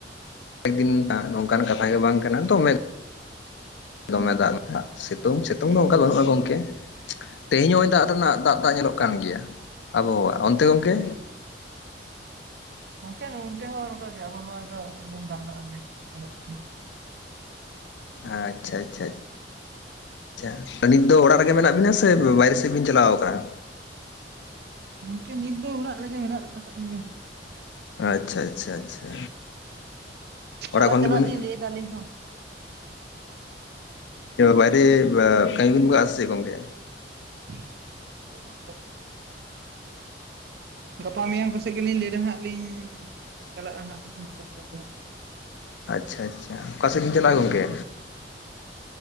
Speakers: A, on the left; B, on the right.
A: ᱮᱠ ᱫᱤᱱ ᱱᱚᱝᱠᱟᱱ ᱠᱟᱛᱷᱟ ᱜᱮ ᱵᱟᱝ ᱠᱟᱱᱟ <unintelligible> ᱫᱚᱢᱮ ᱫᱟᱜ ᱥᱮᱛᱳᱝ ᱥᱮᱛᱳᱝ
B: ᱦᱩᱸ
A: ᱫᱚ ᱚᱱᱠᱟ ᱵᱟᱹᱱᱩᱜ-ᱟ ᱜᱚᱝᱠᱮ᱾ ᱛᱮᱦᱤᱧ ᱱᱚᱜ-ᱚᱭ ᱫᱟᱜ ᱨᱮᱱᱟᱜ ᱫᱟᱜ ᱫᱟᱜ ᱧᱮᱞᱚᱜ ᱠᱟᱱ ᱜᱮᱭᱟ ᱟᱵᱚᱦᱟᱣᱟ ᱚᱱᱛᱮ ᱜᱚᱝᱠᱮ?
B: ᱜᱚᱝᱠᱮ ᱱᱚᱱᱛᱮ ᱦᱚᱸ ᱱᱚᱝᱠᱟᱜᱮ ᱟᱵᱚᱦᱟᱣᱟ ᱫᱚ ᱮᱠᱫᱚᱢ ᱫᱟᱜ ᱫᱟᱜ ᱜᱮ <unintelligible>
A: ᱟᱪᱪᱷᱟ ᱟᱪᱪᱷᱟ᱾ ᱟᱪᱪᱷᱟ ᱱᱤᱛ ᱫᱚ ᱚᱲᱟᱜ ᱨᱮᱜᱮ ᱢᱮᱱᱟᱜ ᱵᱤᱱᱟ ᱥᱮ ᱵᱟᱭᱨᱮ ᱥᱮᱫ ᱵᱤᱱ ᱪᱟᱞᱟᱣ ᱠᱟᱱᱟ?
B: ᱜᱚᱝᱠᱮ ᱱᱤᱛ ᱫᱚ ᱚᱲᱟᱜ ᱨᱮᱜᱮ ᱢᱮᱱᱟᱜ ᱟᱠᱟᱫ ᱞᱤᱧ-ᱟ᱾
A: ᱟᱪᱪᱷᱟ ᱟᱪᱪᱷᱟ ᱟᱪᱪᱷᱟ᱾ ᱚᱲᱟᱜ
B: ᱪᱟᱞᱟᱜ
A: ᱠᱷᱚᱱ
B: ᱪᱟᱞᱟᱜ ᱞᱤᱧ ᱞᱟᱹᱭ ᱫᱟ ᱟᱹᱞᱤᱧ ᱦᱚᱸ᱾
A: ᱵᱟᱭᱨᱮ ᱠᱟᱹᱢᱤ ᱵᱤᱱ ᱵᱟᱜᱟᱜ ᱥᱮ ᱜᱚᱝᱠᱮ?
B: <unintelligible> ᱜᱟᱯᱟ ᱢᱮᱭᱟᱝ ᱠᱚᱥᱮᱫ ᱜᱮᱞᱤᱧ ᱞᱟᱹᱭ ᱫᱟ ᱦᱟᱸᱜ ᱞᱤᱧ ᱪᱟᱞᱟᱜ-ᱟ ᱦᱟᱸᱜ <unintelligible>
A: ᱟᱪᱪᱷᱟ ᱟᱪᱪᱷᱟ ᱚᱠᱟ ᱥᱮᱫ ᱵᱤᱱ ᱪᱟᱞᱟᱜ-ᱟ ᱜᱚᱢᱠᱮ?